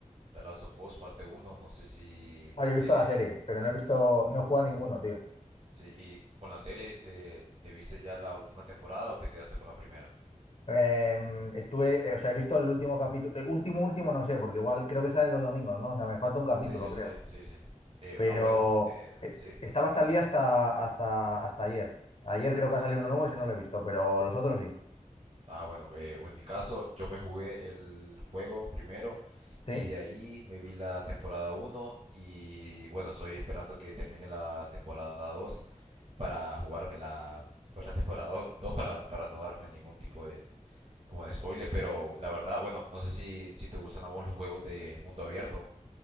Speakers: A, on the right; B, on the left.
A: The Last of Us parte uno. no sé si...
B: Ah, yo he visto
A: eh,
B: la serie, pero no he visto, no he jugado a ninguno, tío.
A: sí, y con la serie, ¿te, te viste ya la última temporada o te quedaste con la primera?
B: Em, estuve, eh, o sea, he visto el último capítulo, eh, último, último, no sé, porque igual creo que salen los domingos, ¿no? O sea, me falta un capítulo,
A: Sí, sí,
B: creo.
A: sí, sí, sí. Eh,
B: Pero
A: no, bueno, ento- eh,
B: eh,
A: sí.
B: estaba hasta el día hasta, hasta, hasta ayer. Ayer creo que ha salido uno nuevo y ese no lo he visto, pero los otros sí.
A: Ah, bueno, eh, bueno, en mi caso, yo me jugué el juego primero
B: ¿Sí?
A: y de ahí me vi la temporada uno y bueno, estoy esperando que termine la temporada 2. para jugarme la, pues, la temporada 2 para, para no darme ningún tipo de, como de spoiler, pero la verdad, bueno, no sé si, si te gustan a vos los juegos de mundo abierto.